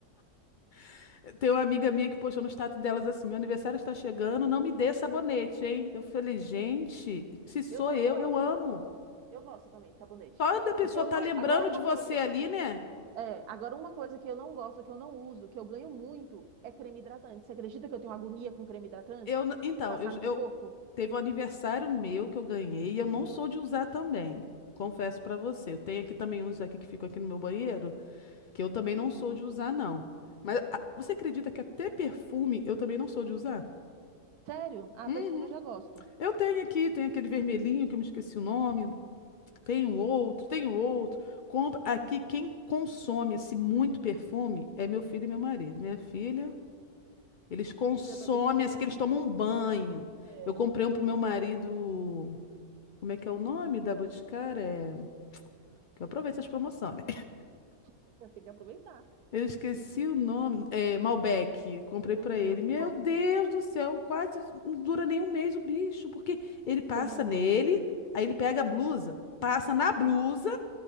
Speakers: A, on the left; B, on the right.
A: <laughs> Tem uma amiga minha que postou no status delas assim: meu aniversário está chegando, não me dê sabonete, hein? Eu falei, gente, se sou
B: Eu também
A: eu,
B: gosto.
A: eu amo.
B: Eu gosto também de sabonete.
A: Só da pessoa
B: O que eu
A: tá
B: não.
A: lembrando
B: Agora, uma
A: de você
B: coisa.
A: ali, né?
B: É, agora uma coisa que eu não gosto, que eu não uso, que eu ganho muito, é creme hidratante. Você acredita que eu tenho agonia com creme hidratante?
A: Eu, n- então,
B: De passar
A: eu,
B: no
A: eu
B: corpo?
A: teve um aniversário meu que eu ganhei e eu não sou de usar também. Confesso pra você, eu tenho aqui também uns aqui que ficam aqui no meu banheiro. Que eu também não sou de usar, não. Mas ah, você acredita que até perfume eu também não sou de usar?
B: Sério? Ah,
A: Uhum.
B: perfume eu já gosto.
A: Eu tenho aqui, tem aquele vermelhinho que eu me esqueci o nome, Tem um outro, tem um outro. Compra aqui quem consome assim muito perfume é meu filho e meu marido. Minha filha, eles consomem
B: Filho adolescente
A: assim
B: ainda,
A: que eles tomam um banho.
B: é,
A: Eu comprei um pro meu marido, como é que é o nome da Boticária? É, que eu aproveito essas promoções, né?
B: <laughs> tem que aproveitar.
A: Eu esqueci o nome. É, Malbec. Comprei
B: Hum,
A: pra ele. Meu
B: bom,
A: Deus do céu, quase não dura nem um mês o bicho, porque ele passa
B: tomando
A: nele,
B: banho.
A: aí ele pega a blusa, passa na blusa